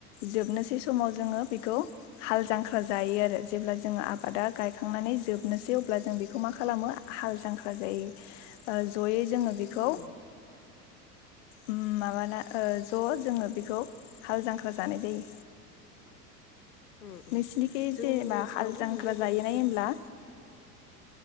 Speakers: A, on the left; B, on the left.
A: जोबनोसै समाव जोङो बे खौ हाल जांख्रा जायो आरो जेब्ला जोङो आबादा गायखांनानै जोबनोसै अब्ला जों बेखौ मा खालामो हाल जांख्रा जायो जयै जोङो बेखौ
B: उम
A: उम माबाना ओ ज' जोङो बेखौ हाल जांख्रा जानाय जायो।
B: उम उम
A: नोंसिनिखि
B: जोंनि
A: जेनेबा
B: ओनसोलावबो
A: हाल जांख्रा
B: नुनो
A: जायैनाय
B: मोनो
A: होमब्ला